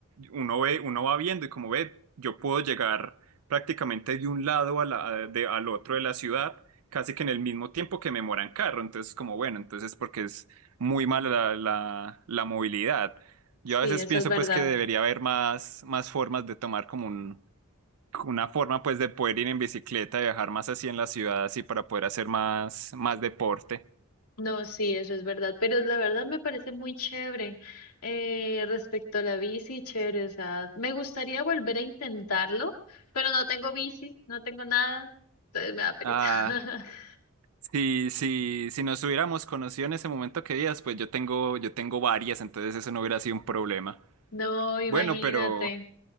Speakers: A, on the right; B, on the left.
A: uno ve, uno va viendo y como ve, yo puedo llegar prácticamente de un lado a la- a- de- al otro de la ciudad, casi que en el mismo tiempo que me mora en carro. Entonces, como bueno, entonces porque es muy mala la, la- la movilidad.
B: Sí,
A: Yo a veces
B: eso
A: pienso
B: es verdad.
A: pues que debería haber más, más formas de tomar como una forma pues de poder ir en bicicleta, viajar más así en la ciudad, así para poder hacer más, más deporte.
B: No, sí, eso es verdad, pero la verdad me parece muy chévere eh, respecto a la bici, chévere, o sea, me gustaría volver a intentarlo, pero no tengo bici, no tengo nada, entonces me da pereza.
A: Ah,
B: <laughs>
A: si, si, si nos hubiéramos conocido en ese momento que días, pues yo tengo, yo tengo varias, entonces eso no hubiera sido un problema.
B: No, imagínate.
A: Bueno, pero